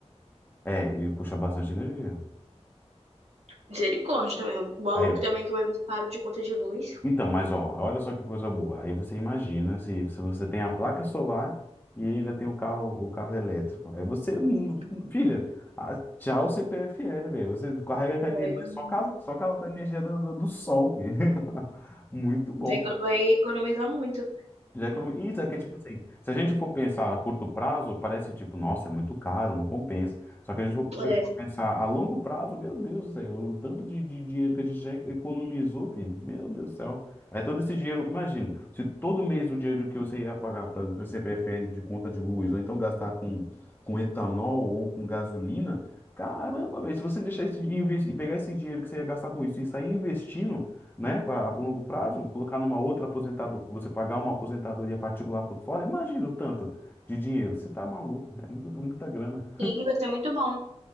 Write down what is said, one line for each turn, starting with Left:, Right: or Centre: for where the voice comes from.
Left: É, e puxa bastante energia.
Right: Misericórdia também. O valor
Left: Aí, ó,
Right: que também que vai vir caro de conta de luz.
Left: Então, mas ó, olha só que coisa boa. Aí você imagina se, se você tem a placa solar e ainda tem o carro, o carro elétrico. Aí você, hum,
Right: Sim,
Left: filha, ah, tchau CPFL, velho. Você carrega com a
Right: Vai
Left: energia,
Right: economizar
Left: só com a, só com a energia do, do, do sol, velho. <laughs> Muito bom,
Right: vai eco- vai economizar muito.
Left: já economi- Isso é que, tipo assim, se a gente for pensar a curto prazo, parece tipo, nossa, é muito caro, não compensa. Só que a gente for pe-
Right: É, é,
Left: pensar a longo prazo, meu Deus do céu, o tanto de, de dinheiro que a gente já economizou, filho, meu Deus do céu. Aí todo esse dinheiro, imagina, se todo mês o dinheiro que você ia pagar para o CPFL de conta de luz, ou então gastar com, com etanol ou com gasolina, caramba, velho, se você deixar esse, inves- e pegar esse dinheiro que você ia gastar com isso e sair investindo né, pra- a longo prazo, colocar numa outra aposentadoria, você pagar uma aposentadoria particular por fora, imagina o tanto de dinheiro. Você tá maluco, é muito- muita grana.
Right: sim, vai ser muito bom,